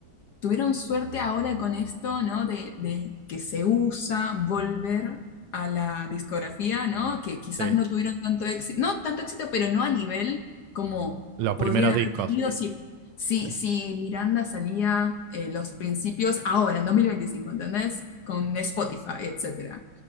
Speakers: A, on the left (about 60°); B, on the right (about 75°).
A: tuvieron suerte ahora con esto, ¿no? De, de que se usa volver a la discografía, ¿no? Que quizás
B: Sí.
A: no tuvieron tanto éxito, no tanto éxito, pero no a nivel como
B: Los
A: podrían
B: primeros
A: haber
B: discos.
A: tenido si, si,
B: Sí.
A: si Miranda salía eh, los principios ahora, en 2025, ¿entendés? Con Spotify, etcétera.